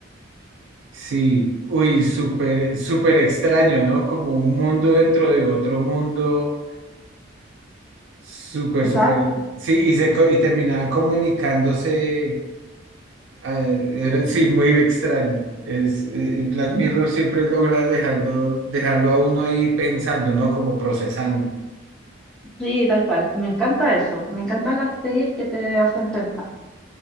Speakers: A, on the right; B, in the centre.
A: Sí, uy, súper, súper extraño, ¿no? Como un mundo dentro de otro mundo, súper,
B: Exacto,
A: súper. Sí, y, se, co- y terminaban comunicándose. ah, era- sí, muy extraño. Es, eh, y Black Mirror siempre logra dejando, dejarlo a uno ahí pensando, ¿no? Como procesando.
B: sí, tal cual. Me encanta eso. Me encantan las series que te hacen pensar.